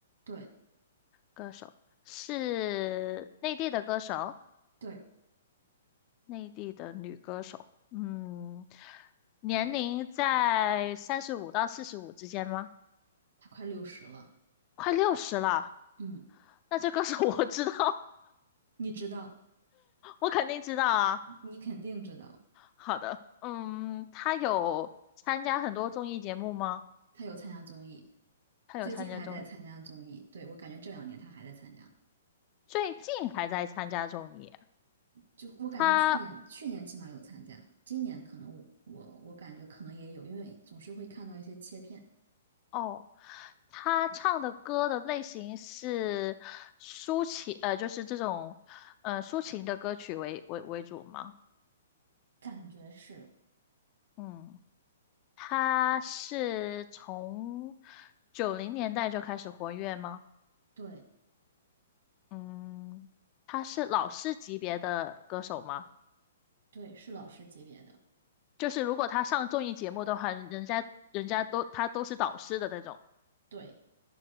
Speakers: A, on the right (about 80°); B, on the left (about 30°).
A: 对
B: 歌手是内地的歌手，
A: 对。
B: 内地的女歌手，嗯，年龄在三十五到四十五之间吗？
A: 他快六十了，
B: 快六十了，
A: 嗯，
B: 那这歌手 <laughs> 我知道。
A: 你知道，
B: 我肯定知道啊。
A: 你肯定知道，
B: 好的，嗯，他有参加很多综艺节目吗？
A: 他有参加综艺，
B: 他有参加综艺，
A: 最近还在参加综艺。对，我感觉这两年他还在参加，
B: 最近还在参加综艺啊。
A: 就我感觉去年去年起码有参加，
B: 他
A: 今年可能我我我感觉可能也有，因为总是会看到一些切片。
B: 哦，他唱的歌的类型是抒情，呃，就是这种，呃，抒情的歌曲为为为主吗？
A: 感觉是，
B: 嗯，他是从九零年代就开始活跃吗？
A: 对
B: 嗯，他是老师级别的歌手吗？
A: 对，是老师级别的，
B: 就是如果他上综艺节目的话，人人家人家都他都是导师的那种。
A: 对